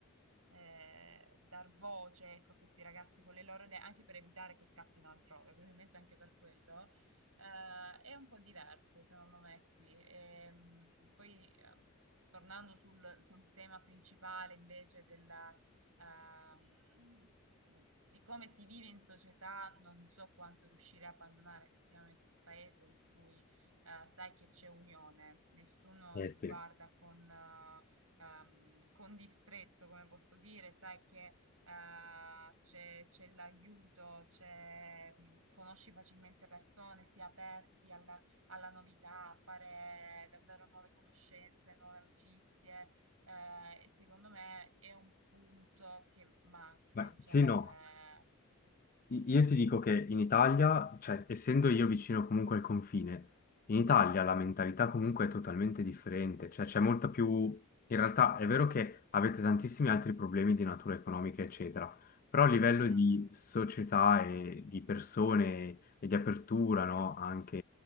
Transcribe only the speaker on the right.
eh, dar voce, ecco, a questi ragazzi con le loro idee, anche per evitare che scappino altrove, probabilmente anche per quello, eh, è un po' diverso secondo me qui. Ehm, poi, eh, tornando sul, sul tema principale invece della, ehm, di come si vive in società, non so quanto riuscire a abbandonare effettivamente un paese in cui eh, sai che c'è unione, nessuno
ti
guarda con, eh, ehm, con disprezzo, come posso dire, sai che eh, c'è c'è l'aiuto, c'è, mh, conosci facilmente persone, si è aperti alla, alla novità, a fare davvero nuove conoscenze, nuove amicizie. eh, e secondo me è un punto che manca
in certe...
eh,